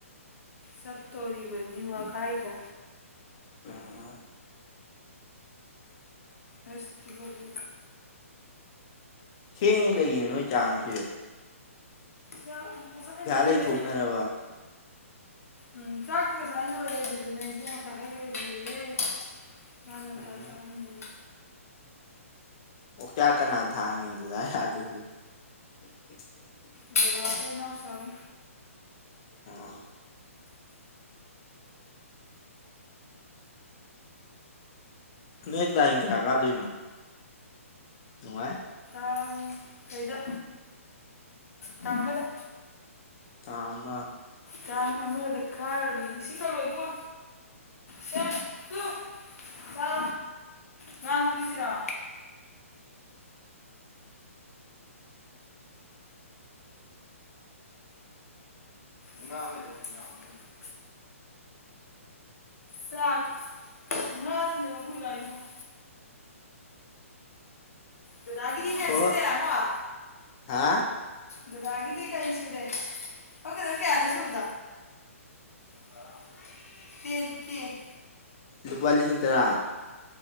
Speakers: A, on the left (about 75°); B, on the left (about 20°).
A: ꯆꯠꯇꯣꯔꯤꯕꯅꯤ ꯋꯥꯒꯥꯏꯗ꯫
B: ꯑꯥ
A: ꯑꯁ ꯏꯕꯣꯛꯁꯤ
B: ꯊꯦꯡꯉꯦ ꯀꯩꯒꯤꯅꯣ ꯅꯣꯏ ꯆꯥꯛ ꯉꯁꯤꯗꯤ
A: ꯆꯥꯛ ꯉꯁꯥꯏ ꯂꯣꯏꯔꯦꯍꯦ꯫
B: ꯂꯩꯊꯣꯛꯅꯔꯕ
A: ꯎꯝ ꯆꯥꯛꯇꯤ ꯉꯁꯥꯏ ꯂꯣꯏꯔꯦ ꯑꯗꯨꯗꯅꯦ ꯏꯕꯣꯛꯅꯅꯦ ꯆꯥꯍꯩꯔꯣꯏꯒꯦꯌꯦ꯫ ꯃꯥꯅ
B: ꯎꯝ
A: ꯆꯥꯛ ꯆꯥꯍꯟꯗ꯭ꯔꯤꯅꯤ꯫
B: ꯑꯣꯛꯆꯥꯛ ꯀꯅꯥꯅ ꯊꯥꯡꯉꯤ꯫ <unintelligible> ꯫ <unintelligible>
A: ꯗꯥꯗꯥꯒ ꯏꯅꯥꯎꯆꯥꯒꯅ꯫
B: ꯑ꯫ ꯇꯨꯂꯦꯠ ꯇꯔꯤꯛ ꯀꯌꯥ ꯀꯥꯗꯨꯏꯅꯣ꯫ ꯅꯨꯡꯉꯥꯏ꯫
A: ꯇꯥꯡ ꯀꯩꯗ ꯇꯥꯡ ꯑꯃꯗ꯫
B: ꯇꯥꯡ ꯑꯃ꯫
A: ꯇꯥꯡ ꯑꯃꯗ ꯀꯥꯔꯨꯅꯤ ꯏꯁꯤꯡ ꯀꯜꯂꯛꯑꯣ ꯏꯕꯨꯡꯉꯣ ꯁꯦ ꯇꯨ ꯆꯠꯂꯣ ꯉꯥ ꯉꯧꯒꯤꯖꯤꯔꯣ꯫ ꯉꯥ ꯂꯩꯔꯗꯤ ꯉꯥ <unintelligible> ꯆꯥꯛ ꯉꯥ <unintelligible> ꯁꯤ ꯑꯝꯇ ꯉꯧꯕꯤꯔꯨꯂꯥꯎ ꯏꯕꯨꯉꯣ ꯗꯥꯗꯥꯒꯤꯗꯤꯅꯦ
B: ꯍꯣꯏ
A: ꯁꯤꯖꯦꯀꯣ ꯉꯥ
B: ꯍꯥ
A: ꯗꯨꯗꯥꯒꯤꯗꯤ ꯀꯔꯤ ꯁꯨꯔꯦ ꯄꯛꯀꯗꯕ ꯀꯌꯥꯅꯣ ꯁꯨꯕꯗꯣ ꯇꯥꯔꯃꯨꯛ ꯇꯦꯟ ꯀꯦ
B: ꯂꯨꯄꯥ ꯂꯤꯁꯤꯡ ꯇꯔꯥ꯫